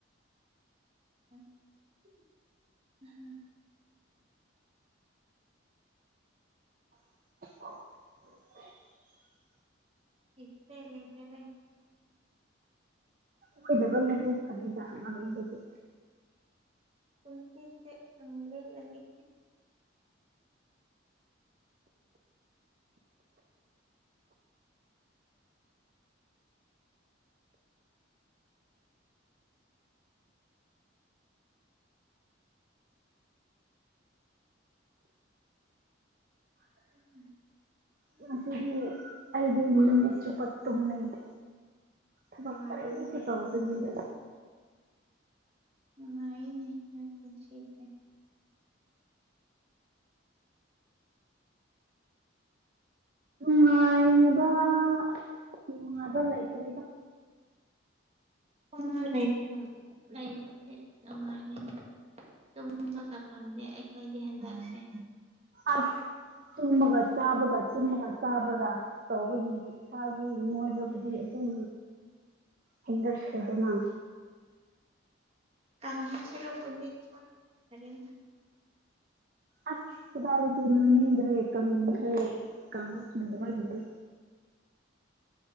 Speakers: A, on the right (about 30°); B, on the right (about 45°).
A: <unintelligible>
B: <inaudible>
A: ꯂꯩꯇ꯭ꯔꯦ ꯂꯩꯇ꯭ꯔꯦ
B: ꯀꯣꯏꯗꯕꯅꯁꯨ ꯐꯔꯦꯗ ꯑꯃꯔꯣꯝꯗꯗꯤ
A: ꯄꯨꯟꯁꯤꯁꯦ ꯁꯨꯝ ꯂꯦꯟꯂꯒꯦ <inaudible>
B: ꯉꯁꯤꯗꯤ ꯑꯩꯗꯤ ꯅꯨꯃꯤꯠꯆꯨꯞꯄ ꯇꯨꯝꯃꯤꯅꯦ ꯊꯕꯛ
A: ꯅꯨꯡꯉꯥꯏꯅꯦ
B: ꯀꯔꯤꯁꯨ ꯇꯧꯗꯕꯤꯗ
A: ꯅꯨꯡꯉꯥꯏꯅꯦ ꯅꯣꯏ ꯄꯨꯟꯁꯤꯁꯦ
B: ꯅꯨꯡꯉꯥꯏꯕ ꯑꯁ ꯅꯨꯡꯉꯥꯏꯕ ꯂꯩꯇ꯭ꯔꯦꯗ
A: <unintelligible> ꯅꯨꯡꯉꯥꯏꯅꯤꯅ ꯇꯨꯝꯕꯒ ꯐꯪꯗꯦ ꯑꯩꯈꯣꯏꯗꯤ ꯍꯟꯗꯛꯁꯦ
B: ꯑꯁ ꯇꯨꯝꯕꯒ ꯆꯥꯕꯒ ꯇꯨꯝꯕꯒ ꯆꯥꯕꯒ ꯇꯧꯕꯒꯤ ꯏꯁꯥꯒꯤ ꯅꯣꯏꯕꯕꯨꯗꯤ ꯑꯗꯨꯝ ꯍꯦꯟꯒꯠꯈ꯭ꯔꯦꯗꯅ
A: ꯀꯡꯕ ꯁꯔꯨꯛꯄꯨꯗꯤ ꯅꯣꯏ ꯐꯔꯦꯅ
B: ꯑꯁ ꯀꯗꯥꯏꯗꯒꯤ ꯅꯣꯏꯅꯤꯡꯗ꯭ꯔꯦ ꯀꯪꯅꯤꯡꯈ꯭ꯔꯦ ꯀꯪꯕ ꯐꯪꯗꯕꯒꯤꯅꯤ